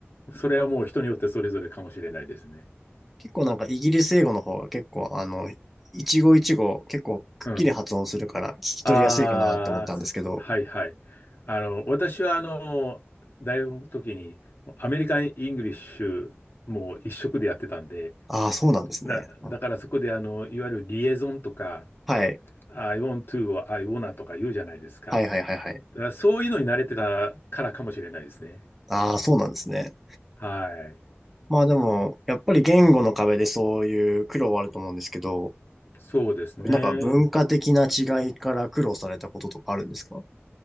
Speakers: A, on the left (about 50°); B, in the centre.
A: それはもう人によってそれぞれかもしれないですね。
B: 結構なんかイギリス英語の方が結構あの、一語一語結構くっきり発音するから聞き取りやすいかなって思ったんですけど、
A: うん。ああ、すはいはい。あの、私はあの、大学の時にアメリカン・イングリッシュもう一色でやってたんで、
B: ああ、そうなんですね。
A: だ、
B: あ
A: だからそこであの、いわゆるリエゾンとか、
B: はい。
A: I want to は I wanna とか言うじゃないですか。
B: はいはいはいはい。
A: だからそういうのに慣れてたからかもしれないですね。
B: ああ、そうなんですね。
A: はい。
B: まあでも、やっぱり言語の壁でそういう苦労はあると思うんですけど、
A: そうですね。
B: なんか文化的な違いから苦労されたこととかあるんですか